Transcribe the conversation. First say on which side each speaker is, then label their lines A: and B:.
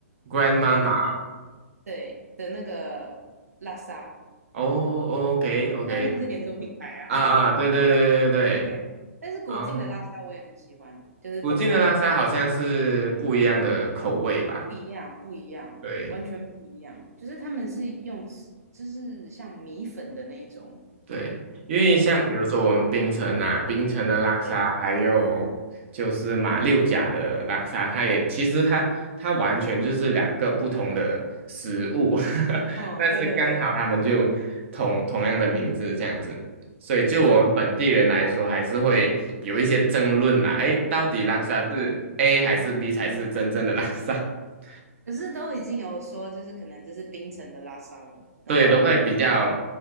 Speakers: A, on the right; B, on the right.
A: ？Grandma
B: 的那
A: 嘛，
B: 对的那个拉沙，
A: 哦，OK OK，
B: 虽然那个是连锁品牌啦，
A: 啊啊，
B: <laughs>
A: 对对对对对，
B: 对，但是古晋的拉沙我也很喜欢，
A: 啊，
B: 就是东马的，
A: 附近的拉萨好像是不一样的口味吧？
B: 不一样，不一样，
A: 对。
B: 完全不一样，就是他们是用吃，就是像米粉的那一种
A: 对，因为像比如说我们槟城啊，
B: 面，
A: 槟城的拉沙，
B: 对，
A: 还有就是马六甲的拉沙，它也其实它它完全就是两个不同的食物，<laughs>
B: 哦，
A: 但是刚好他们就同同样的名字这样子，
B: 对对对
A: 所以就我们本地人来说，
B: 对，
A: 还是会有一些争论啦，诶，到底拉沙是 A 还是 B 才是真正的拉沙？<laughs>
B: 可是都已经有说，就是可能这是冰城的拉沙了，然后或者是。
A: 对，都会比较